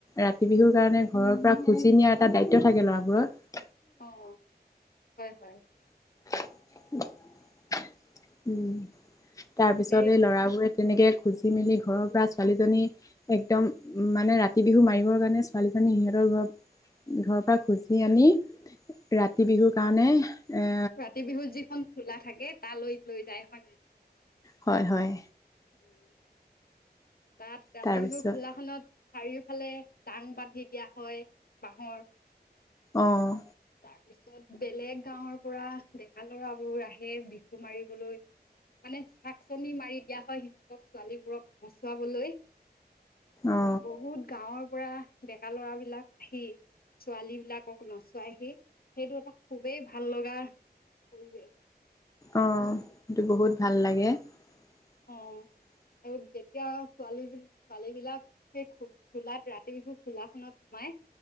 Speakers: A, on the left; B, on the left.
A: ৰাতি বিহুৰ কাৰণে ঘৰৰ পৰা খুজি নিয়া এটা দায়িত্ব থাকে ল'ৰাবোৰৰ।
B: অ, হয় হয়।
A: <inaudible> উম, তাৰ
B: মানে
A: পিছত এই ল'ৰাবোৰে তেনেকে খুজি মেলি ঘৰৰ পৰা ছোৱালীজনী একদম মানে ৰাতি বিহু মাৰিবৰ কাৰণে ছোৱালীজনী সিহঁতৰ ঘৰ ঘৰৰ পৰা খুজি আনি ৰাতি বিহুৰ কাৰণে এ
B: ৰাতি বিহুত যিখন খোলা থাকে তালৈ লৈ যায় হয় নাই
A: হয় হয়
B: উম, তাত ৰাতি
A: তাৰপিছত
B: বিহু খোলাখনত চাৰিওফালে চাং বান্ধি দিয়া হয়, বাঁহৰ।
A: অ'।
B: তাৰপিছত বেলেগ গাঁৱৰ পৰা ডেকা ল'ৰাবোৰ আহে বিহু মাৰিবলৈ। মানে চাকচনি মাৰি দিয়া হয় সিহঁতক, ছোৱালীবোৰক নচোৱাবলৈ।
A: অ
B: বহুত গাঁৱৰ পৰা ডেকা ল'ৰাবিলাক আহি, ছোৱালীবিলাকক নচ চুৱাইহি, সেইটো এটা খুবেই ভাল লগা পৰিৱেশ।
A: অ', ইটো বহুত ভাল লাগে। <inaudible>
B: অ আৰু যেতিয়া ছোৱালীবিল-ছোৱালীবিলাক সেই খো-খোলাত ৰাতি বিহু খোলাখনত সোমাই,